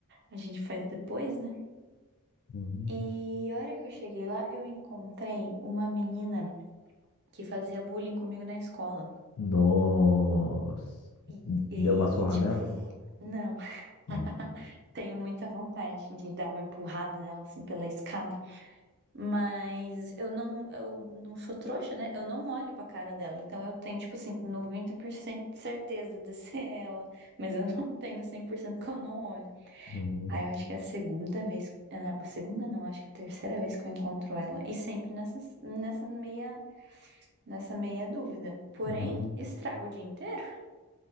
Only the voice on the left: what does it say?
uhum.
Nossa.
Deu
uma surra
nela?
Hum,
Uhum,
uhum.